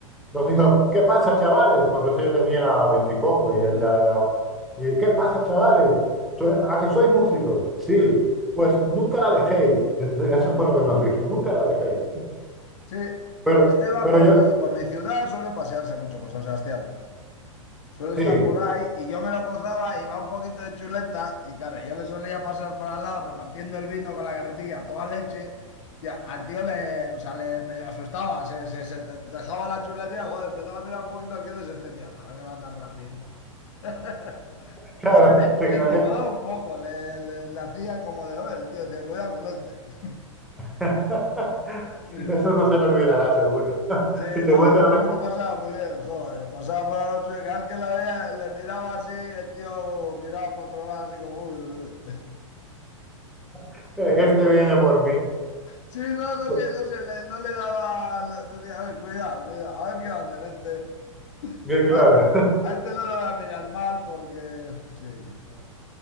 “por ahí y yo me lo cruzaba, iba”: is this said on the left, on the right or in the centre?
Left